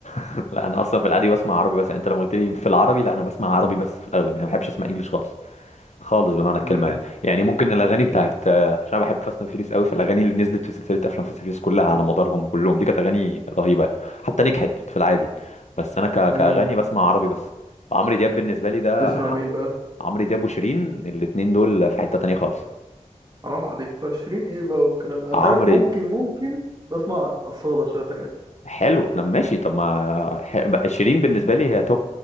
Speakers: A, on the left; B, on the right.
A: <laughs> لا انا اصلا في العادي بسمع عربي بس يعني انت لما قلت لي في العربي لا انا بسمع عربي بس في الاغلب يعني ما بحبش اسمع انجلش خالص خالص بمعنى الكلمه
B: امم
A: يعني يعني ممكن الاغاني بتاعت آه، عشان أنا بحب فاست اند فيريس قوي فالاغاني اللي نزلت في سلسله افلام فاست اند فيريس كلها على مدارهم كلهم دي كانت اغاني رهيبه يعني حتى نجحت في العادي بس انا ك...
B: امم
A: كاغاني بسمع عربي بس عمرو دياب بالنسبه لي ده
B: تسمع
A: انا
B: مين بقى
A: عمرو دياب وشيرين الاتنين دول في حته تانيه خالص
B: حرام عليك بقى شيرين ايه بقى والكلام انت
A: عمرو
B: عارف ممكن ممكن بسمع اصاله شويه حاجات
A: حلو انا ماشي طب ما ح- بقى شيرين بالنسبه لي هي توب